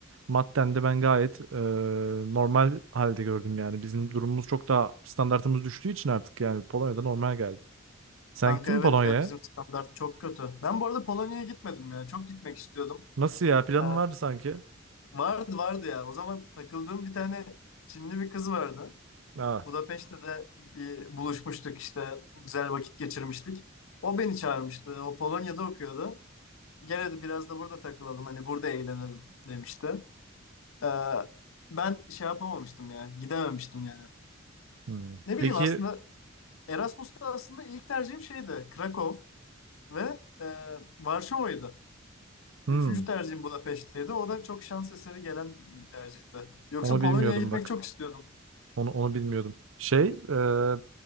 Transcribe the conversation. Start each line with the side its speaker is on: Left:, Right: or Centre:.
Right: Madden de ben gayet e, normal halde gördüm yani. Bizim durumumuz çok daha standartımız düştüğü için artık yani Polonya'da normal geldi. Sen
Left: Kanka
Right: gittin
Left: evet
Right: mi Polonya'ya?
Left: ya bizim standart çok kötü. Ben bu arada Polonya'ya gitmedim ya. Çok gitmek istiyordum.
Right: Nasıl ya? Planın
Left: Ha,
Right: vardı sanki.
Left: vardı vardı ya. O zaman takıldığım bir tane Çinli bir kız vardı.
Right: Aa.
Left: Budapeşte de bir buluşmuştuk işte. Güzel vakit geçirmiştik. O beni çağırmıştı. O Polonya'da okuyordu. Gel hadi biraz da burada takılalım. Hani burada eğlenelim demişti. Ee, ben şey yapamamıştım ya. Gidememiştim yani.
Right: hmm.
Left: Ne
Right: Peki
Left: bileyim aslında Erasmus'ta aslında ilk tercihim şeydi. Krakow ve e, Varşova'ydı.
Right: hmm,
Left: Üçüncü tercihim Budapeşte'ydi. O da çok şans eseri gelen bir tercihti. Yoksa
Right: onu
Left: Polonya'ya
Right: bilmiyordum
Left: gitmek
Right: bak.
Left: çok istiyordum.
Right: Onu onu bilmiyordum. Şey, e,